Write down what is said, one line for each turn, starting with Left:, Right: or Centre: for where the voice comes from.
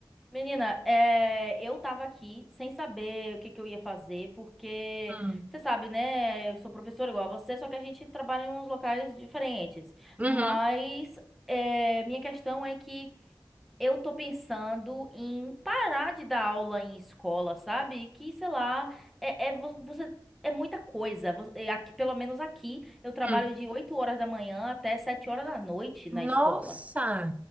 Centre: Menina, é, eu tava aqui sem saber o que que eu ia fazer, porque
Right: Hum.
Centre: você sabe, né? Eu sou professora igual a você, só que a gente trabalha em uns locais diferentes.
Right: Uhum.
Centre: Mas é, minha questão é que. Eu tô pensando em parar de dar aula em escola, sabe? Que, sei lá, é, é vo- você é muita coisa. Vo- é Aqui, pelo menos aqui, eu trabalho
Right: Hum.
Centre: de 8 horas da manhã até 7 horas da noite
Right: Nossa,
Centre: na escola.